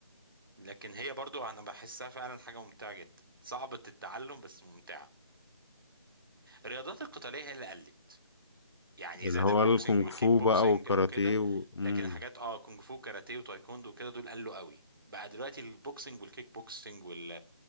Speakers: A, on the right; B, on the left.
A: لكن هي برضو انا بحسها فعلا حاجه ممتعه جدا صعبه التعلم بس ممتعه الرياضات القتاليه هي اللي قلت يعني
B: اللي
A: زاد
B: هو
A: البوكسنج
B: الكونغ
A: والكيك
B: فو
A: بوكسنج
B: بقى والكاراتيه
A: او كده
B: و... امم
A: لكن الحاجات اه كونج فو كاراتيه وتايكوندو وكده دول قلوا قوي بقى دلوقتي البوكسنج والكيك بوكسنج وال...